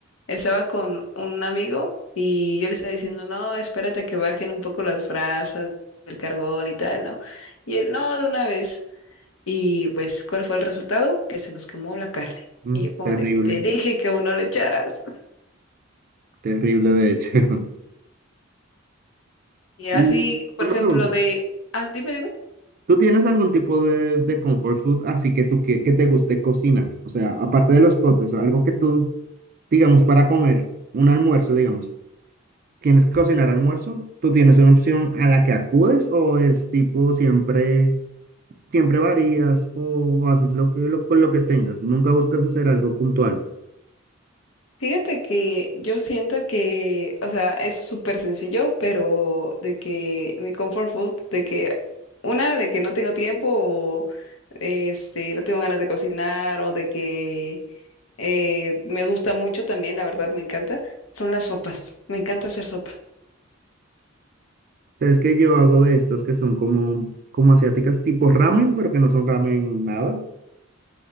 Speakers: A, on the left; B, on the right.
A: estaba con un amigo y yo le estaba diciendo, no, espérate a que bajen un poco las brasas el carbón y tal, ¿no? Y él, no, de una vez. Y pues, ¿cuál fue el resultado? Que se nos quemó la carne.
B: Mm,
A: Y yo como
B: terrible,
A: de, te dije que uno le echaras. <laughs>
B: terrible de hecho. <laughs>
A: Y así,
B: Y
A: por
B: una
A: ejemplo,
B: pregunta,
A: de, ah, dime, dime.
B: ¿tú tienes algún tipo de, de comfort food así que tú que, que te guste cocinar? O sea, aparte de los postres, algo que tú, digamos, para comer un almuerzo, digamos, ¿quieres cocinar almuerzo? ¿Tú tienes una opción a la que acudes o es tipo siempre, siempre varías o haces lo que, lo, con lo que tengas? Nunca buscas hacer algo puntual.
A: Fíjate que yo siento que, o sea, es súper sencillo, pero de que mi comfort food, de que una, de que no tengo tiempo o este, no tengo ganas de cocinar o de que eh, me gusta mucho también, la verdad me encanta, son las sopas. Me encanta hacer sopa.
B: Es que yo hago de estos que son como, como asiáticas, tipo ramen, pero que no son ramen nada.